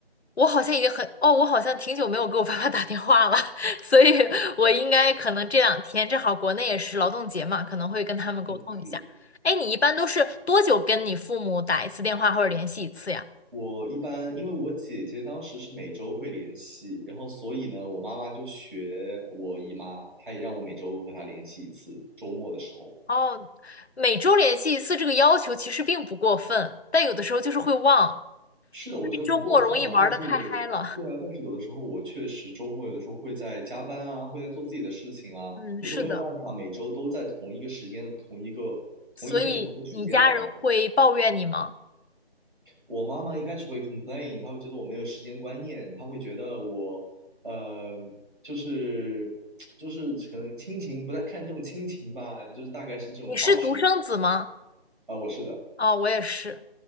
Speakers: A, on the left; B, on the right.
A: 我好像已经很哦，我好像挺久没有给我爸爸打电话了，<laughs> 所以我应该可能这两天正好国内也是劳动节嘛，可能会跟他们沟通一下。
B: 嗯，是。
A: 哎，你一般都是多久跟你父母打一次电话或者联系一次呀？
B: 我一般，因为我姐姐当时是每周会联系，然后所以呢，我妈妈就学我姨妈，她也让我每周和她联系一次，周末的时候。
A: 哦，每周联系一次这个要求其实并不过分，但有的时候就是会忘，
B: 是的，我觉得不过分啊，
A: 因为周末容易玩的太嗨了。
B: 但是，对啊，但是有的时候我确实周末有的时候会在加班啊，会在做自己的事情啊，
A: <laughs> 嗯，
B: 我就没有办法每周都在同一个时间、
A: 是的，
B: 同一个同一天的同一个时间打电话。
A: 所以你家人会抱怨你吗？
B: 我妈妈一开始会 complain，她会觉得我没有时间观念，她会觉得我，呃，就是就是可能亲情不太看重亲情吧，就是大概是这种话术。
A: 你是独生子吗？
B: 啊、我是的。
A: 哦，我也是。